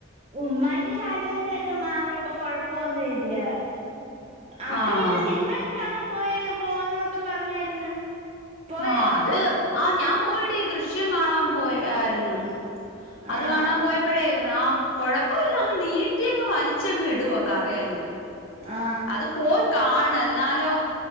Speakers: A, on the right; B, on the left.
A: ഉമ്മായിക്ക് കാലുവേദനയൊക്കെ മാറി ഇപ്പൊ കൊഴപ്പൊന്നു ഇല്ല അക്ക
B: ആഹ്
A: പിന്നെ സിനിമയൊക്കെ കാണാൻ പോയി പോന്നന്നൊക്കെ പറഞ്ഞായിരുന്നു പോയോ
B: ആഹ അത് ആ ഞാൻ പോയെടി ദൃശ്യം കാണാൻ പോയരുന്നു അത്
A: ആ
B: കാണാൻ പോയപ്പോഴേ ആഹ് കുഴപ്പല്ല, അങ്ങ് നീട്ടി അങ്ങ് വലിച്ചങ്ങ് ഇടുവ കഥയങ്ങു
A: ആ
B: അത് പോയ് കാണ് ന്നാലോ